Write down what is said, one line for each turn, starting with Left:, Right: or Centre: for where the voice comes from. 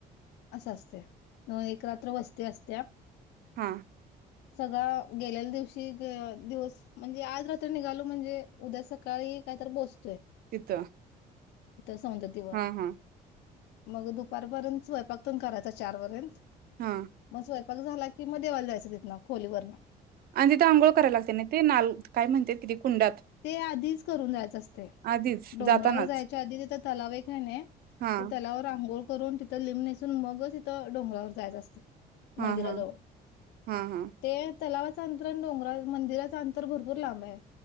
Left: असं असते न एक रात्र वस्ती असत्या.
Right: हा
Left: सगळा गेलेल्या दिवशी दिवस म्हणजे आज रात्र निघालो म्हणजे उद्या सकाळी कायतर पोहच
Right: तिथं,
Left: सौंदतीवर
Right: हा हा
Left: मग दुपारपर्यंत स्वयंपाक पण करायचा चारपर्यंत
Right: हा
Left: मग स्वय पाक झाला की देवाला जायचं तिथं खोलीवरन
Right: आणि तिथे आंघोळ करायला लागते ना ते नाल काय म्हणते किती कुंडात
Left: ते आधीच करून जायचं अस ते
Right: आधीच
Left: डोंगरावर
Right: जातानाच
Left: जायच. आधी तिथं तलाव एक आहे नाही.
Right: हा
Left: त्या तलावावर आं गोळ करून तिथं लिंब नेसून मगच तिथं डोंगरावर जायच असते.
Right: हा
Left: मंदिराजवळ
Right: हा हा हा
Left: ते तलावाचं अंतर आणि डोंगरा मंदिराचा अंतर भरपूर लांब आहे.